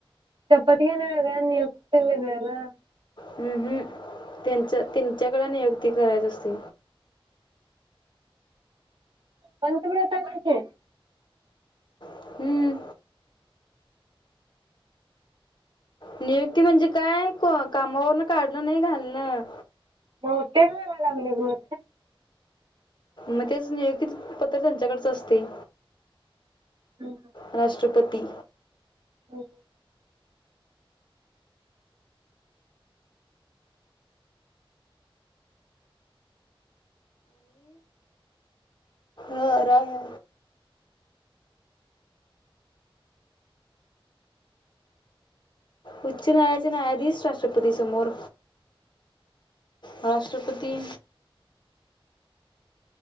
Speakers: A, on the right; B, on the left.
A: पतीयन वेगळ आणि नियुक्ती वेगळ ग!
B: हं, त्यांच्या त्यांच्याकडे नियुक्ती करायची असते.
A: पंतप्रधानाचे?
B: हं. नियुक्ती म्हणजे काय कामावरून काढणं नाही घालणं
A: मठे लागले म
B: मग तेच नियुक्ती च पत्र त्यांच्याकडच असतय
A: हम्
B: राष्ट्रपती
A: हो
B: हो राहा उच्च न्यायालयाचे न्यायाधीश राष्ट्रपतीच्या समोर राष्ट्रपती